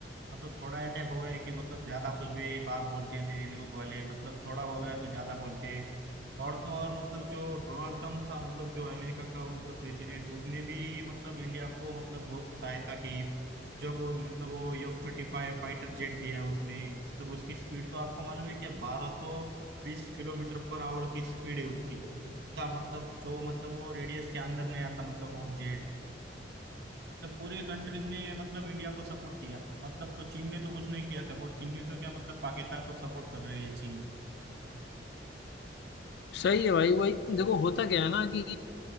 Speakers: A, on the right; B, on the left.
A: मतलब थोड़ा अटैक हो गया कि मतलब ज्यादा कुछ भी बात बोलते थे न्यूज वाले मतलब थोड़ा हो गया तो ज्यादा बोलते और तो और मतलब जो डोनाल्ड ट्रम्प था मतलब जो अमेरिका का मतलब प्रेसिडेंट उसने भी मतलब इंडिया को मतलब बहुत सहायता की जो वो मतलब वो एफ थर्टी फाइव फाइटर जेट दिया उसने मतलब उसकी स्पीड तो आपको मालूम है क्या बारह सौ बीस किलोमीटर पर आवर की स्पीड है उसकी था मतलब जो मतलब वो रेडियस के अंदर नहीं आता मतलब वो जेड मतलब पूरे कंट्रीज ने मतलब इंडिया को सपोर्ट किया मतलब तो चीन ने तो कुछ नहीं किया सपोर्ट चीन ने तो क्या मतलब पाकिस्तान को सपोर्ट कर रही है चीन
B: सही है भाई वही देखो होता क्या है ना कि